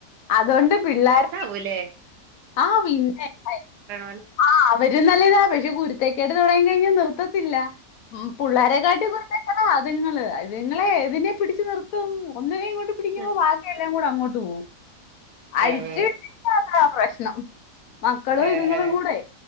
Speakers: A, on the left (about 70°); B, on the right (about 90°).
A: അതുകൊണ്ട് പിള്ളേര
B: പോവുലെ
A: ആഹ പിന്നെ പ
B: പോലെ
A: ആഹ് അവരും നല്ലതാ പക്ഷെ കുരുത്തക്കേട് തുടങ്ങി കഴിഞ്ഞാ നിർത്തത്തില്ല ഉം പുള്ളാരെ കാട്ടി കുരുത്തക്കേടാ അതിങ്ങള് അതുങ്ങളെ ഏതിനെ പിടിച്ച് നിർത്തും ഒന്നിനേങ്ങട്ട് പിടിക്കുമ്പോ
B: അതെ
A: ബാക്കി എല്ലാം കൂടെ അങ്ങോട്ട് പോകും അഴിച്ച്
B: അതെ
A: വിട്ടിട്ടാണാ പ്രശ് മക്കളും
B: ഏഹ്
A: ഇതുങ്ങളും കൂടെ